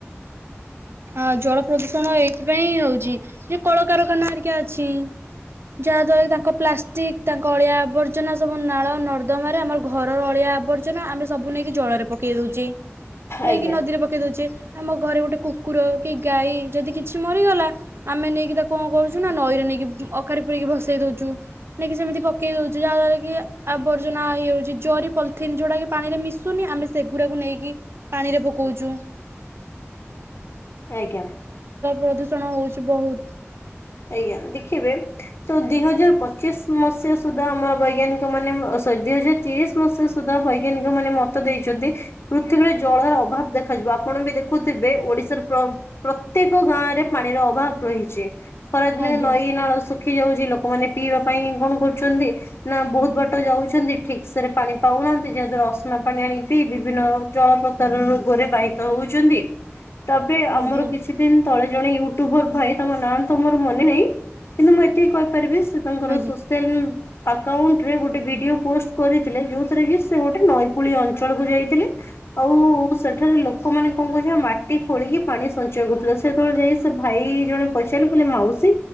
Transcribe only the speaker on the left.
ଆଜ୍ଞା
ଆଜ୍ଞା।
ଆଜ୍ଞା ଦେଖିବେ ତ ଦି ହଜାର ପଚିଶ ମସିହା ସୁଦ୍ଧା ଆମର ବୈଜ୍ଞାନିକ ମାନେ ଅସ୍ତ୍ ଦୁଇ ହଜାର ତିରିଶ ମସି ସୁଦ୍ଧା ବୈଜ୍ଞାନିକ ମାନେ ମତ ଦେଇଛନ୍ତି ପୃଥିବୀରେ ଜଳର ଅଭାବ ଦେଖାଜିବ। ଆପଣ ବି ଦେଖୁଥିବେ ଓଡିଶାର ପ୍ରତ୍ୟେକ ଗାଁ ରେ ପାଣିର ଅଭାବ ରହିଛି। ଖରାଦିନ
ନଈ ନାଳ ସୁ ରଖି ଯାଉଛି ଲୋକମାନେ ପିଇବା ପାଇଁ କଣ କରୁଛନ୍ତି ନା ବହୁତ ବାଟ ଯାଉଛନ୍ତି ଠିକ ସେରେ ପାଣି ପାଉ ନାହାଁନ୍ତି ଯା ଦ୍ଵାର ଅସନା ପାଣି ଆଣିକି ପି ବିଭିନ୍ନ ଅଞ୍ଚଳ <unintelligible> ରୋଗରେ ବାହିତ ହଉଛନ୍ତି। ତାପରେ ଆମର
କିଛି ଦିନ ତଳେ ଜଣେ ୟୁଟ୍ୟୁବର ଭାଇ ତମ ନାଁ ତମର ମନେ ନାହିଁ କିନ୍ତୁ ମୁଁ ଏତିକି କହିପାରିବି ସେ ତାଙ୍କର
ସୋସିଆଲ ଆକାଉଣ୍ଟ ରେ ଗୋଟେ ଭିଡ଼ିଓ ପୋଷ୍ଟ କରିଥିଲେ ଯୋଉଥିରେ କି ସେ ଗୋଟେ ନଈକୂଳିଆ ଅଞ୍ଚଳକୁ ଯାଇଥିଲେ। ଆଉ ସେଠାରେ ଲୋକମାନୋନ କଣ କରୁଛନ୍ତି ମାଟି ଖୋଳିକି ପାଣି ସଞ୍ଚୟ କରୁଥିଲେ ସେତେବେଳେ ଯାଇ ସେ ଭାଇ ଇ ଜଣେ ପଚା ମାଉସୀ